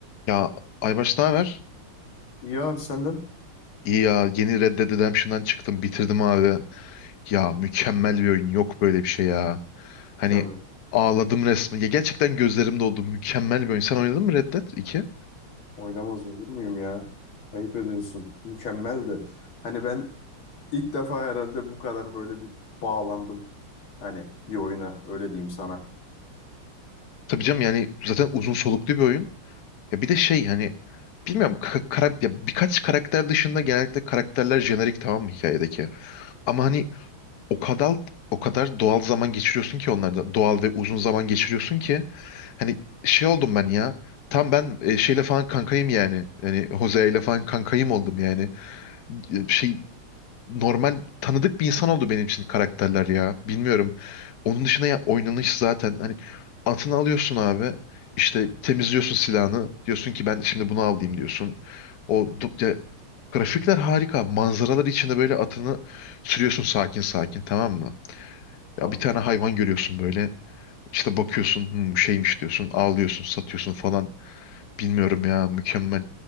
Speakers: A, on the left; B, on the left.
A: Ya Aybaş ne haber?
B: İyi abi senden.
A: İyi ya yeni Red Dead Redemption'dan çıktım bitirdim abi. Ya mükemmel bir oyun yok böyle bir şey ya. Hani
B: Tabii.
A: ağladım resmen. Ya gerçekten gözlerim doldu. Mükemmel bir oyun. Sen oynadın mı Red Dead 2?
B: Oynamaz olur muyum ya? Ayıp ediyorsun. Mükemmeldi. Hani ben ilk defa herhalde bu kadar böyle bir bağlandım. Hani bir oyuna öyle diyeyim sana.
A: Tabii canım yani zaten uzun soluklu bir oyun. Ya bir de şey hani bilmiyorum ka- kara- ya birkaç karakter dışında genellikle karakterler jenerik tamam mı hikayedeki? Ama hani O kadar o kadar doğal zaman geçiriyorsun ki onlarda. Doğal ve uzun zaman geçiriyorsun ki hani şey oldum ben ya. Tam ben e, şeyle falan kankayım yani. Yani Jose ile falan kankayım oldum yani. E, Şey normal tanıdık bir insan oldu benim için karakterler ya. Bilmiyorum. Onun dışında ya oynanış zaten hani atını alıyorsun abi. İşte temizliyorsun silahını. Diyorsun ki ben şimdi bunu alayım diyorsun. O du- ya, grafikler harika. Manzaralar içinde böyle atını sürüyorsun sakin sakin tamam mı?
B: Tamam.
A: Ya bir tane hayvan görüyorsun böyle. İşte bakıyorsun "Hmm, bu şeymiş diyorsun. Ağlıyorsun, satıyorsun falan. Bilmiyorum ya mükemmel.